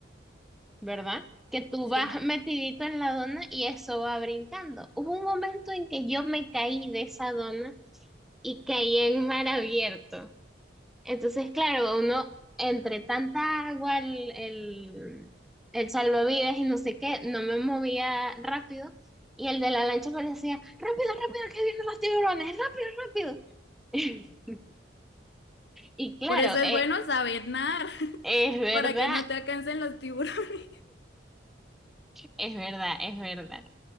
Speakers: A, in the centre; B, on the left.
A: ¿verdad? Que tú vas
B: sí.
A: metidito en la dona y eso va brincando. Hubo un momento en que yo me caí de esa dona y caí en mar abierto. Entonces, claro, uno entre tanta agua, el, el, el salvavidas y no sé qué, no me movía rápido. Y el de la lancha parecía, rápido, rápido, que vienen los tiburones, rápido, rápido. <laughs> Y claro,
B: Por eso es
A: eh,
B: bueno saber nadar,
A: es
B: <laughs>
A: verdad,
B: para que no te alcancen los tiburones. <laughs>
A: es verdad, es verdad.